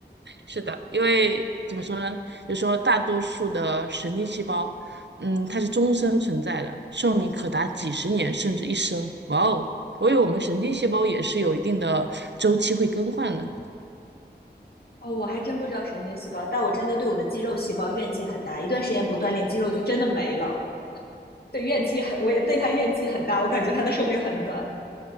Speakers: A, on the right; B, on the left.
A: 是的，因为怎么说呢，就是说大多数的神经细胞，嗯，它是终身存在的，寿命可达几十年甚至一生。哇哦，我以为我们神经细胞也是有一定的周期会更换的，
B: 哦，我还真不知道神经细胞，但我真的对我的肌肉细胞怨气很大，一段时间不锻炼，肌肉就真的没了。对，怨气很，我也对它怨气很大，我感觉它的寿命很短。